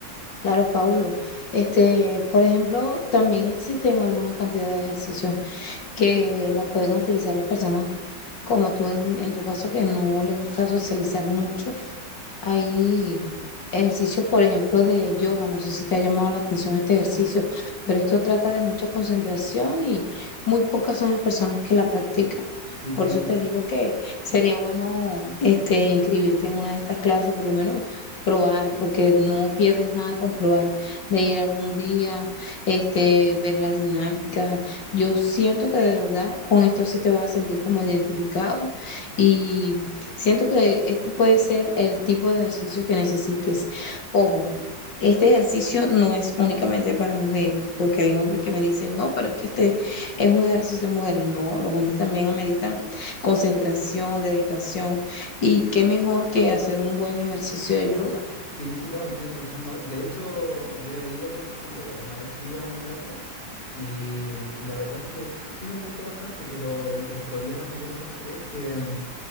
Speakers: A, on the left; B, on the left.
A: claro, Paulo. Este, por ejemplo, también existen algunas cantidades de ejercicios que la pueden utilizar las personas como tú en, en tu caso que no les gusta socializar mucho. Hay ejercicios, por ejemplo, de yoga. No sé si te ha llamado la atención este ejercicio, pero esto trata de mucha concentración y muy pocas son las personas que la practican.
B: Sí,
A: Por
B: sí,
A: eso te digo que sería bueno este, inscribirte en una de estas clases, por lo menos probar, porque no pierdes nada con probar, de ir algún día, este, ver la dinámica. Yo siento que de verdad con esto sí te vas a sentir como identificado y Siento que este puede ser el tipo de ejercicio que necesites. Ojo, este ejercicio no es únicamente para mujeres, porque hay hombres que me dicen, no, pero es que este es un ejercicio de mujeres. No, los hombres también ameritan concentración, dedicación, y qué mejor que hacer un buen ejercicio de yoga.
B: Sí, sí, no, tienes razón. No, de hecho, yo he ido a clases de yoga. Una vez fui a una clase y, mm, y la verdad es que sí, sí me gustó bastante, pero el, el problema que yo encontré es que mm,